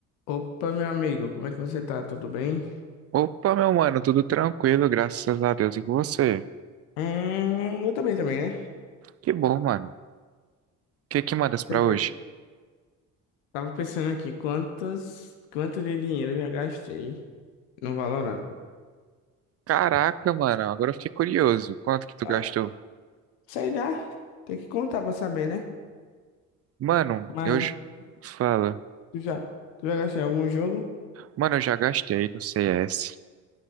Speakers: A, on the left; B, on the right.
A: Opa, meu amigo, como é que você tá? Tudo bem?
B: Opa, meu mano, tudo tranquilo, graças a Deus. E com você?
A: Hum, eu também também, né?
B: Que bom, mano. O que que mandas pra
A: Sei
B: hoje?
A: que- Tava pensando aqui quantas, quanto de dinheiro eu já gastei no Valorant.
B: Caraca, mano, agora eu fiquei curioso. Quanto que tu
A: Ah,
B: gastou?
A: é. Sei lá, tem que contar pra saber, né?
B: Mano,
A: Mas
B: eu... j- Fala.
A: tu já, tu já gastou em algum jogo?
B: Mano, eu já gastei no CS.